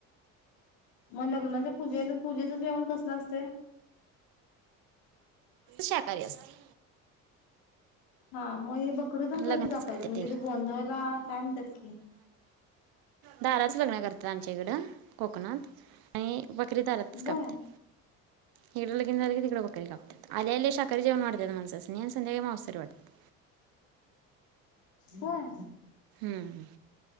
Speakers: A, on the left (about 75°); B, on the right (about 65°).
A: मग लग्नाच्या पूजेला पूजेच जेवण कसलं असत.
B: शाकाहारी असते.
A: हा मग हे बकरी तेन कधी
B: लग्नातच
A: कापायचं.
B: करतात
A: म्हणजे
B: त्यानी
A: ते गोंधळला काय म्हणतात की ते.
B: दारच लग्न करतात आमच्या इकडं कोकणात आणि. बकरी दारातच कापत्यात.
A: बर
B: हिकडं लगीन झालं की तीड बकरी कापतात. आल्या आल्या शाकाहारी जेवन वाडतात माणसांनी आणि संध्याकाळी मावसारी वाढतात.
A: ह <unintelligible> होय.
B: हम्म.